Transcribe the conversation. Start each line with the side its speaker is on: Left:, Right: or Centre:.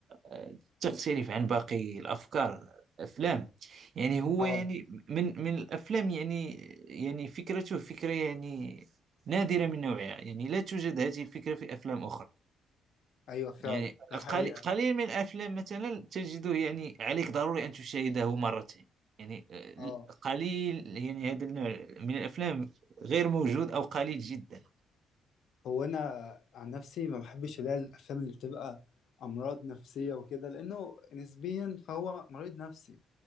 Right: آه، تختلف عن باقي الأفكار أفلام يعني هو
Left: اه
Right: يعني من من الأفلام يعني يعني فكرته فكرة يعني نادرة من نوعها يعني لا توجد هذه الفكرة في أفلام أخرى
Left: ايوه فعلا
Right: يعني
Left: ده حقيقة
Right: قليل قليل من الأفلام مثلا تجده يعني عليك ضروري أن تشاهده مرتين يعني آه،
Left: اه
Right: قليل يعني هذا النوع من الأفلام غير موجود أو قليل جدا
Left: هو انا عن نفسي ما بحبش اللي هي الافلام اللي بتبقى امراض نفسية وكده لانه نسبيا فهو مريض نفسي